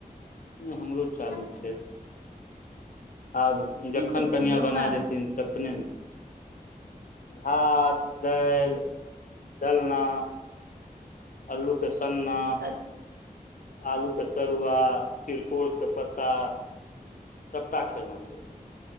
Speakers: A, on the left (about 60°); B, on the right (about 80°).
A: हमरो चालु छै आब
B: की
A: जखन
B: सब
A: कनिया
B: खेलहुँ
A: बना
B: आ
A: देथिन त तखने नऽ, भात दालि डलना अलुके सन्ना,
B: त
A: आलुके तरुआ, तिरकोरके पत्ता सबटा खेलहुं हँ